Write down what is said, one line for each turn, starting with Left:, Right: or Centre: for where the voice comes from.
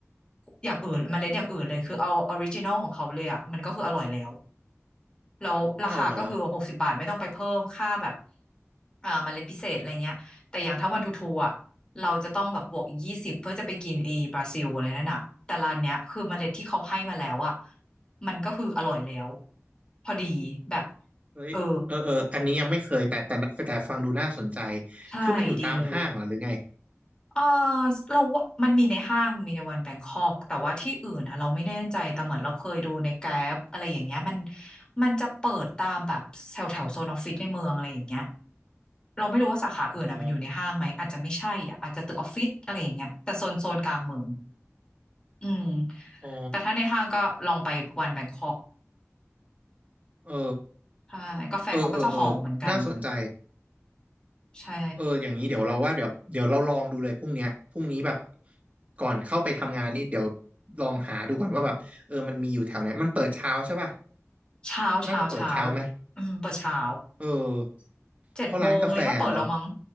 Left: อย่างอื่นเมล็ดอย่างอื่นเลยคือเอาออริจินอลของเขาเลยอะมันก็คืออร่อยแล้ว แล้วราคาก็คือหกสิบบาทไม่ต้องไปเพิ่มค่าแบบ
Right: เอาเหรอ
Left: อ่าเมล็ดพิเศษอะไรเงี้ยแต่อย่างถ้าวันทูทูอ่ะเราจะต้องแบบบวกอีกยี่สิบเพื่อจะไปกินเอบราซิลอะไรนั่นอ่ะแต่ร้านเนี้ยคือเมล็ดที่เขาให้มาแล้วอ่ะมันก็คืออร่อยแล้วพอดีแบบ
Right: เฮ้ยเออเอออันนี้ยังไม่เคยแต่แต่แต่แต่ฟังดูน่าสนใจ
Left: เออใช่ดีเลย
Right: คือมันอยู่ตามห้างเหรอหรือไง
Left: เออเราว่ามันมีในห้างมันมีในวันแบงคอกแต่ว่าที่อื่นนะเราไม่แน่ใจแต่เหมือนเราเคยดูในแกร็บอะไรอย่างเงี้ยมันมันจะเปิดตามแบบแถวแถวโซนออฟฟิศในเมืองอะไรอย่างเงี้ย เราไม่รู้ว่าสาขาอื่นอ่ะมันอยู่ในห้างไหมอาจจะไม่ใช่อ่ะอาจจะตึกออฟฟิศอะไรอย่างเงี้ยแต่โซนโซนกลางเมือง
Right: อ๋อ
Left: อืม
Right: อ๋อ
Left: แต่ถ้าในห้างก็ลองไปวันแบงคอก
Right: เออ
Left: ใช่กาแฟเขาก็จะหอมเหมือนกัน
Right: เออเออเออน่าสนใจ
Left: ใช่
Right: เอออย่างนี้เดี๋ยวเราว่าเดี๋ยวเดี๋ยวเราลองดูเลยพรุ่งเนี้ยพรุ่งนี้แบบก่อนเข้าไปทำงานนี่เดี๋ยวลองหาดูก่อนว่าแบบเออมันมีอยู่แถวไหนมันเปิดเช้าใช่ป่ะ
Left: เช้าเช้าเช้า
Right: น่าจะเปิดเช้าไหม
Left: อืมเปิดเช้า
Right: เออ
Left: เจ็ดโมงเลยก็เปิดแล้วมั้ง
Right: เพราะร้านกาแฟเนาะ